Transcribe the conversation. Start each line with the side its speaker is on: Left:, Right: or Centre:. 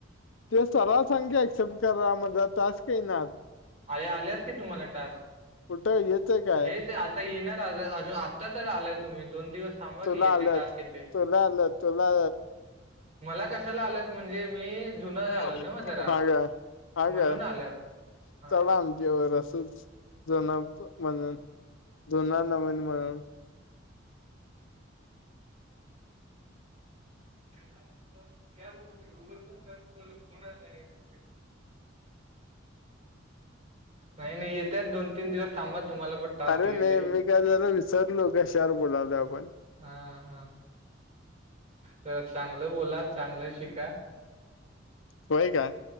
Left: ते सरा सांगे ऍक्सेप्ट करा. मजा टास्क येई ना.
Right: आरे, आल्यात की तुम्हाला टास्क.
Left: कुठं येतय काय
Right: हे, ते आता येणार अजून आत्ता तर आलाय तुम्ही. दोन दिवस थांबा
Left: तुला
Right: की. येते
Left: आल्यात
Right: टास्क येतय.
Left: तुला आलं. तुला
Right: मला कशाला आलेत? म्हणजे मी जुना
Left: <unintelligible>
Right: झालोय नव्ह जरा
Left: हा काय? हा
Right: म्हणून
Left: काय?
Right: आल्यात. हां.
Left: चला न जेवायला असच. जोना प मनून. जुना, नवीन म्हणून.
Right: ते काय म्हणता? काय बोलतच नाही? हो, नाही करती. नाही, नाही. येत्या दोन - तीन दिवस थांबा. तुम्हाला पण टास्क
Left: अरे
Right: येतील.
Left: नाही मी काय जरा विसरलो. कशावर बोलालो आपण?
Right: हा, हा. जरा चांगलं बोला. चांगलं शिका.
Left: होय, का?